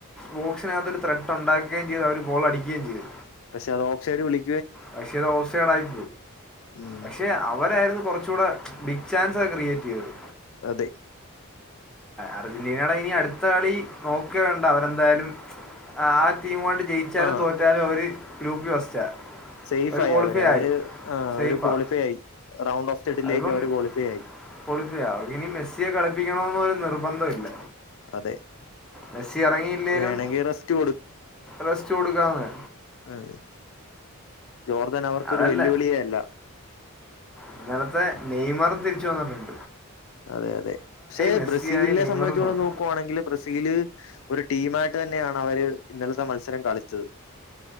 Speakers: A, in the centre; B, on the left (about 60°).
A: ബോക്സിനകത്തൊരു ഒരു ത്രെട്ട് ഉണ്ടാക്കുകയും ചെയ്തു അവര് ഗോൾ അടിക്കുകയും ചെയ്തു.
B: പക്ഷെ അത് ഓഫ് സൈഡുവിളി
A: പക്ഷേ അത് ഓഫ്സൈടായി
B: ഉം
A: പക്ഷെ അവരായിരുന്നു കുറച്ചൂടെ ബിഗ് ചാൻസൊക്കെ ക്രിയേറ്റ് ചെയ്തത്
B: അതെ
A: അർജന്റീനയുടെ ഇനി അടുത്ത കളി നോക്കേ വേണ്ട അവരെന്തായാലും ആ ടീമുവായിട്ട് ജയിച്ചാലും
B: ആ
A: തോറ്റാലും അവര് ഗ്രൂപ്പ്ല് ഫസ്റ്റാ
B: സേഫ്ആയി
A: അവർ ക്വാളിഫൈ
B: അവര് അവര്
A: ആയി
B: ആ
A: സേഫാ
B: അവര് ക്വാളിഫൈ ആയി റൗണ്ട് ഓഫ്തഡിലേക്ക്
A: അതിപ്പം
B: അവര് ക്വാളിഫൈയായി
A: ക്വാളിഫൈ അവർക്കിനി മെസ്സിയെ കളിപ്പിക്കണന്നൊരു നിർബന്ധവും ഇല്ല
B: അതെ
A: മെസ്സി ഇറങ്ങിയില്ലേലും
B: വേണമെങ്കിൽ റെസ്റ്റ്
A: റസ്റ്റ് കൊടുക്കാന്ന്
B: ആതെ ജോർദാൻ അവർക്കൊരു
A: അതല്ല
B: വെല്ലുവിളിയേ അല്ല
A: ഇന്നലത്തെ നെയ്മറും തിരിച്ചുവന്നിട്ടുണ്ട്
B: അതെ അതെ പക്ഷെ
A: മെസ്സി
B: ബ്രസീലിനെ
A: ആയി നെയ്മറും
B: സംബന്ധിച്ചോളം
A: വന്നു
B: നോക്കുവാണെങ്കില് ബ്രസീല് ഒരു ടീമായിട്ട് തന്നെയാണ് അവര് ഇന്നലത്തെ മത്സരം കളിച്ചത്